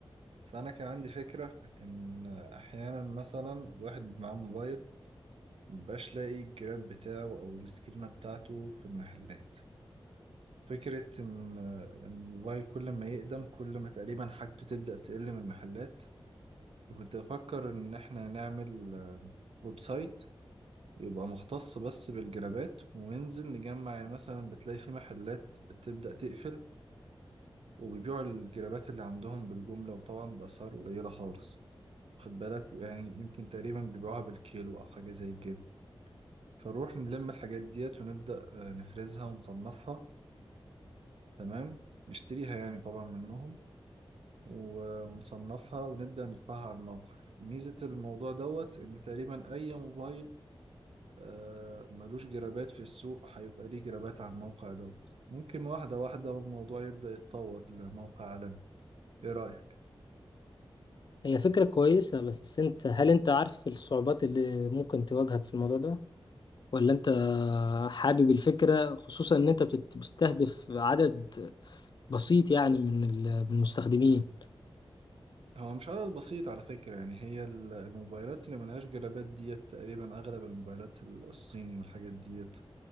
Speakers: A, on the right; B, on the left.
A: فأنا كان عندي فكرة إن أحيانا مثلا الواحد معاه موبايل مبقاش لاقي الجراب بتاعه أو السكرينة بتاعته في المحلات فكرة إن إن الموبايل كل ما يقدم كل ما تقريبا حاجته تبدأ تقل من المحلات فكنت بفكر إن إحنا نعمل آه، ويب سايت ويبقى مختص بس بالجرابات وننزل نجمع يعني مثلا بتلاقي في محلات بتبدأ تقفل وبيبيعوا الجرابات اللي عندهم بالجملة وطبعا بأسعار قليلة خالص واخد بالك يعني يمكن تقريبا بيبيعوها بالكيلو أو حاجة زي كده فنروح نلم الحاجات ديت ونبدأ آه، نفرزها ونصنفها تمام نشتريها يعني طبعا منهم و- ونصنفها ونبدأ ندفعها على الموقع ميزة الموضوع دوت إن تقريبا أي موبايل آه، ملوش جرابات في السوق هيبقى ليه جرابات على الموقع دوت ممكن واحدة واحدة والموضوع يبدأ يتطور لموقع عالمي إيه رأيك؟
B: هي فكرة كويسة بس انت هل انت عارف الصعوبات اللي ممكن تواجهك في الموضوع ده ولا انت حابب الفكرة خصوصا ان انت بتت- بتستهدف عدد بسيط يعني من ال- من المستخدمين
A: هو مش عدد بسيط على فكرة يعني هي ال- الموبايلات اللي ملهاش جرابات ديت تقريبا أغلب الموبايلات ال- الصيني والحاجات ديت